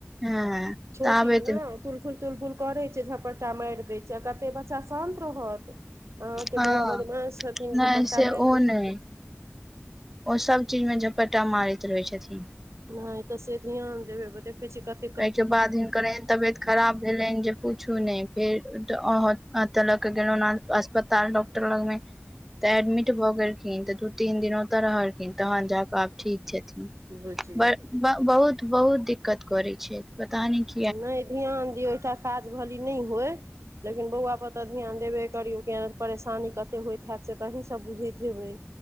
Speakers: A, in the centre; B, on the right.
A: हम्म
B: छोट
A: ताबै
B: ये तुलफुल -तुलफुल करै छै झपटटा मारि दै छै कते बच्चा शान्त रहत। अहाके
A: हँ
B: बौआ बदमास हतिन
A: नहि
B: झपट्ता
A: से
B: मैर
A: ओ
B: दइ छथिन।
A: नहि ओ सब चीज मे झपटा मारैत रहै छथिन।
B: नय तऽ से ध्यान देबै देखैत छी कत
A: एहिके बाद हिनकर एहन तबियत खराब भेलनिन जे पुछु नय फेर ड अ अ अत ल गेलों अ अस्पताल डॉक्टर लग मे तऽ एडमिट भऽ गेलखिन तऽ दू तीन दिन ओतय रहलखिन तहन जााकऽ आब ठीक छथिन
B: बुझिये
A: ब बहुत बहुत दिक्कत करै छै पता नय क
B: नय ध्यान दियौ एकटा काज भली नय होय लेकिन बौआ पर तऽ ध्यान देबे करियौ कियाऽ परेशानी कते होइत हैत से तऽ अहिसब बुझैत हेबै।